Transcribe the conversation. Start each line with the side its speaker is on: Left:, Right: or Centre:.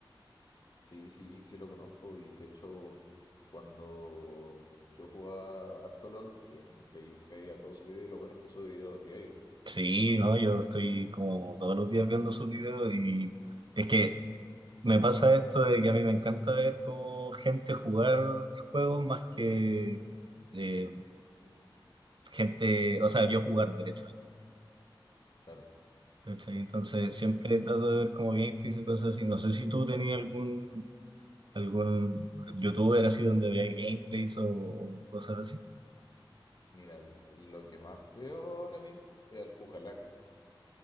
Left: Sí, sí, sí lo conozco y de hecho cuando yo jugaba harto LOL también veía, me veía todos sus videos y lo bueno es que sube videos diarios.
Right: Sí, no, yo estoy como todos los días viendo sus videos y es que me pasa esto de que a mí me encanta ver como gente jugar juegos más que eh, gente, o sea, yo jugar derechamente.
Left: Claro,
Right: ¿cachai? Entonces siempre
Left: claro.
Right: trato de ver como gameplays y cosas así. No sé si tú tenías algún, algún youtuber así donde veas gameplays o, o cosas así.
Left: Mira, l- lo que más veo ahora mismo es al Jujalaj.